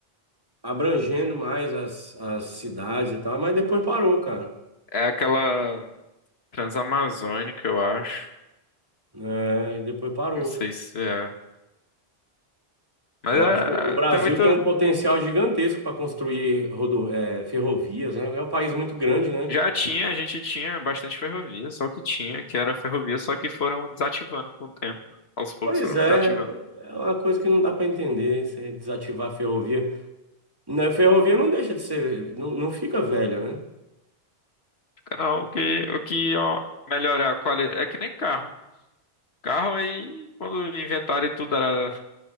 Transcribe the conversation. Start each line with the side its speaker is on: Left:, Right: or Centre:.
Right: abrangendo mais as, as cidades e tal, mas depois parou, cara.
Left: É aquela. Transamazônica, eu acho.
Right: É, e depois parou.
Left: Não sei se é. Mas
Right: Eu
Left: é,
Right: acho que o Brasil
Left: tem muito.
Right: tem um potencial gigantesco para construir rodo- eh, ferrovias, né? É um país muito grande, né?
Left: Já tinha, a gente tinha bastante ferrovia, só que tinha, que era ferrovia, só que foram desativando com o tempo. Aos poucos
Right: Pois
Left: foram
Right: é,
Left: desativando.
Right: é uma coisa que não dá para entender, você desativar a ferrovia. Né, A ferrovia não deixa de ser, não, não fica velha, né?
Left: Fica, Não, o que, o que ó, melhorar a qualidade. É que nem carro. Carro aí, quando inventaram e tudo, era,